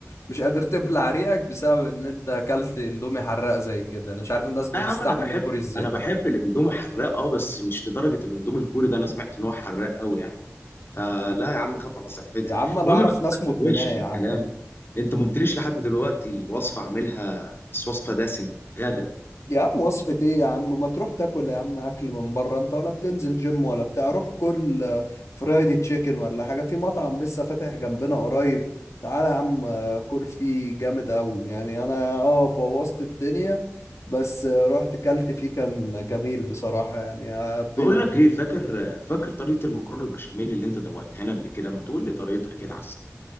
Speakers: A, on the left (about 85°); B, on the left (about 50°).
A: مش قادر تبلع ريقك بسبب ان انت اكلت اندومي حراق زي كده انا مش عارف الناس بتستحمل
B: لا يا عم انا بحب
A: الكوري ازاي
B: انا بحب الاندومي الحراق اه بس مش لدرجه الاندومي الكوري ده انا سمعت ان هو حراق قوي يعني فلا يا عم خاف على صحتي
A: يا عم انا
B: المهم
A: اعرف
B: بس
A: ناس
B: ما
A: مدمناه
B: تتوهش في
A: يا عم
B: الكلام انت ما قلتليش لحد دلوقتي وصفه اعملها بس وصفه دسمه غدا
A: يا عم وصفة ايه يا عم ما تروح تاكل يا عم اكل من بره انت ولا بتنزل جيم ولا بتاع روح كل آه، فرايدي تشيكن ولا حاجة في مطعم لسه فاتح جنبنا قريب تعالى يا عم آه، كل فيه جامد قوي يعني انا اه بوظت الدنيا بس آه، رحت كلت فيه كان جميل بصراحة يعني آه، بي-
B: بقول لك ايه فاكر فاكر طريقه المكرونه البشاميل اللي انت دوقتها لنا قبل كده ما تقول لي طريقتها كده على